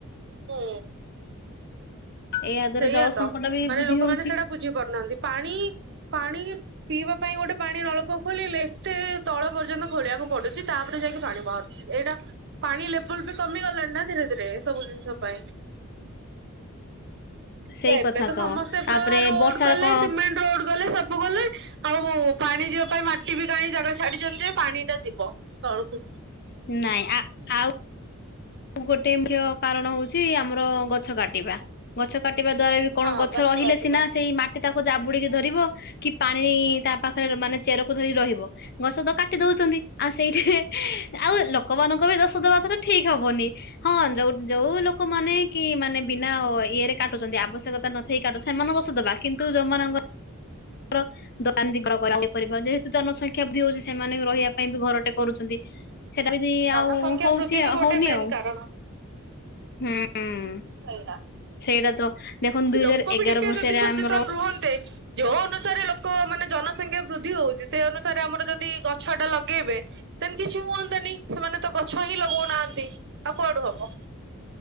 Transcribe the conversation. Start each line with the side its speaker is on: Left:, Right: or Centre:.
Right: ହୁଁ।
Left: ଏହା ଦ୍ଵାରା
Right: ସେଇଆା
Left: ଜଳ
Right: ତ
Left: ସଙ୍କଟ ବି
Right: ମାନେ
Left: ବୃଦ୍ଧି
Right: ଲୋକମାନେ
Left: ହଉଛି।
Right: ସେଟା ବୁଝି ପାରୁନାହାନ୍ତି ପାଣି ପାଣି ପିଇବା ପାଇଁ ଗୋଟେ ପାଣି ନଳକୂଆ ଖୋଳିଲେ ଏତେ ତଳ ପର୍ଯ୍ୟନ୍ତ ଖୋଳିବାକୁ ପଡୁଛି ତାପରେ ଯାଇକି ପାଣି ବାହାରୁଛି। ଏଇଟା ପାଣି ଲେବୁଲ ବି କମି ଗଲାଣି ନା ଧୀରେ ଧୀରେ ଏ ସବୁ ଜିନିଷ ପାଇଁ‌।
Left: ସେଇ
Right: ସେ ଏବେ
Left: କଥା
Right: ତ ସମସ୍ତେ
Left: ତାପରେ
Right: ପୁରା ରୋଡ
Left: ବର୍ଷାର
Right: କଲେ
Left: କଣ
Right: ସିମେଣ୍ଟ ରୋଡ କଲେ ସବୁ କଲେ। ଆଉ ପାଣି ଯିବା ପାଇଁ ମାଟି ବି କାଇଁ ଜାଗା ଛାଡିଛନ୍ତି ଯେ ପାଣି ଟା ଯିବ ତଳକୁ।
Left: ନାଇଁ ଆ ଆଉ ଗୋଟେ ମୁଖ୍ୟ କାରଣ ହଉଛି ଆମର ଗଛ କାଟିବା ଗଛ କାଟିବା ଦ୍ଵାରା ବି କଣ
Right: ହଁ
Left: ଗଛ ରହିଲେ
Right: କାଟିବା
Left: ସିନା ସେଇ ମାଟି ତାକୁ ଜାବୁଡିକି ଧରିବ। କି ପାଣି ତା ପାଖରେ ର ମାନେ ଚେରକୁ ଧରି ରହିବ। ଗଛ ତ କାଟି ଦଉଛନ୍ତି ଆଉ ସେଇଠିରେ ଆଉ ଲୋକମାନଙ୍କୁ ବି ଦୋଷ ଦବାଥର ଠିକ ହବ ହବନି ହଁ ଯୋ ଯୋଉ ଲୋକ ମାନେ କି ମାନେ ବିନା ଅ ଇଏରେ କାଟୁଛନ୍ତି ଆବଶ୍ୟକତା ନଥାଇ କାଟୁ ସେମାନଙ୍କୁ ଦୋଷ ଦେବା କିନ୍ତୁ ଯେଉଁମାନଙ୍କ <unintelligible> <unintelligible> ଯେହେତୁ ଜନସଂଖ୍ୟା ବୃଦ୍ଧି ହଉଛି ସେମାନେ ବି ରହିବା ପାଇଁ ବି ଘରଟେ କରୁଛନ୍ତି। ସେଟା ବି
Right: ଜନସଂଖ୍ୟା
Left: ଆଉ ହଉଛି
Right: ବୃଦ୍ଧି ବି ଗୋଟେ
Left: ହଉନି
Right: ମେନ୍
Left: ଆଉ
Right: କାରଣ
Left: ହୁଁ ହୁଁ।
Right: ସେଇଆ‌।
Left: ସେଇଟା ତ ଦେଖନ୍ତୁ ଦୁଇ
Right: ଲୋକ
Left: ହଜାର ଏଗାର
Right: ବି ଟିକେ
Left: ମସିହାରେ
Right: ଯଦି ସଚେତନ
Left: ଆମର
Right: ରୁହନ୍ତେ ଯୋଉ ଅନୁସାରେ ଲୋକ ମାନେ ଜନସଂଖ୍ୟା ବୃଦ୍ଧି ହୋଉଚି ସେ ଅନୁସାରେ ଆମର ଯଦି ଗଛ ଟା ଲଗେଇବେ ତ କିଛି ହୁଅନ୍ତାନି ସେମାନେ ତ ଗଛ ହିଁ ଲଗଉନାହାନ୍ତି ଆଉ କୁଆଡୁ ହବ।